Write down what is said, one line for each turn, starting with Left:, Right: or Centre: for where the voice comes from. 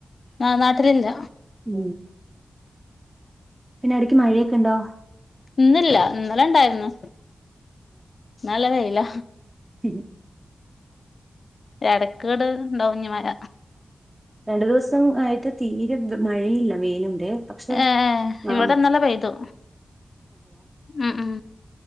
Left: ആഹ് നാട്ടിലില്ല
Right: ഉ പിന്നെ അവിടക്ക് മഴയൊക്കെ ഉണ്ടോ
Left: ഇന്നില്ല ഇന്നലെ ഇണ്ടായിന്ന് ഇല്ലതയ്ല
Right: ശരി
Left: ഇടക്കേട് ഇണ്ടഞ്ഞി മഴ
Right: രണ്ടു ദിവസം ആയിട്ട് തീരെ മഴയില്ല വെയിലുണ്ട് പക്ഷെ
Left: ഏ
Right: ആഹ്
Left: ഇവിടെന്നല്ല പയതു ഉ ഉ ഉ